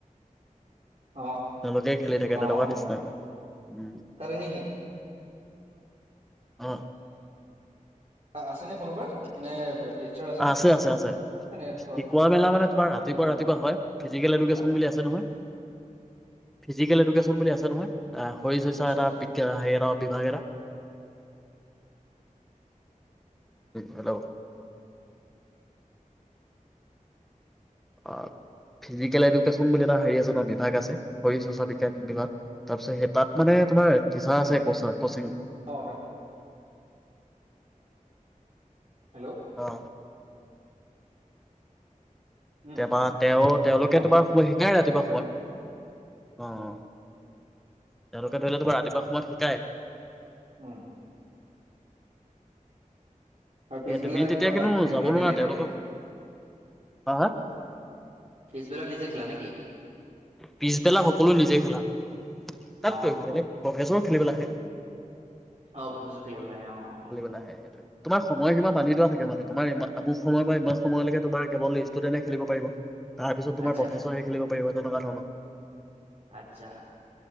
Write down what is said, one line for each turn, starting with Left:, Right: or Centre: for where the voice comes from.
Right: অ
Centre: তেওঁলোকেই খেলি থাকে
Right: অ
Centre: তেনেকুৱা দিছ নাই উ
Right: তাত এনেই
Centre: আহ
Right: আছে ন কোনোবাৰ নে টিচাৰ আছেনে
Centre: আছে আছে আছে
Right: নে
Centre: শিকোৱা মেলা মানে তোমাৰ ৰাতিপুৱা
Right: শিকোৱা
Centre: ৰাতিপুৱা হয় ফিজিকেল
Right: মেলা
Centre: এডুকেন বুলি আছে নহয় ফিজিকেল এডুকেচন বুলি আছে নহয় এ শ চচ্য
Right: কচাৰ
Centre: এটা বি্ঞ হেত বিভাগ হেল্ল' অ ফিজিকেল এডুকেশ্যন বুলি এটা হে আছে বিভাগ আছে শৰ চৰ্চা বিজ্ঞান বিভাগ তাৰপিছত সেই তাত মানে তোমাৰ কি চা
Right: উম
Centre: আছে কচা কচিং
Right: অ হেল্ল'
Centre: অ
Right: উম
Centre: মাৰ তেওঁ তেওঁলোকে
Right: অ
Centre: তোমাৰ শিকাই ৰাতিপুৱা সোমত অ তেওঁলোকে ধৰি লো বাাৰ ৰাতিপুৱা সময়ত শিকায়
Right: উম আৰু পিছবেলা
Centre: এ তুমি তেতিয়া
Right: শিকোৱা
Centre: কিন্তু
Right: নাই পিছবেলা
Centre: যাব নোৱাৰা
Right: নিজে খেলা
Centre: তেওঁলোকক হা হা
Right: পিছবেলা নিজে খেলা নেকি
Centre: পিছবেলা সকলো নিজে খেলা
Right: অ
Centre: তাত তই বেলেগ প্ৰফেচন এেবেল আহ
Right: অ প্ৰফিচ খেলিবলৈ আহ অ অ অ
Centre: খালিিবেলা হে সেইটোৱে তোমাৰয় সীম বান্ধি যোৱা থাকে মানে তোমাৰ ই আমুক সময় বা ইমান সময়লৈকে তোমাৰ কেৱল ষ্টুডেণ্টে খেলিব পাৰিব তাৰ পিছতোমাৰ
Right: আচ্ছা
Centre: প্ৰফেচৰে খেলিব পাৰিব ধন্যবাদ শন
Right: আচ্ছা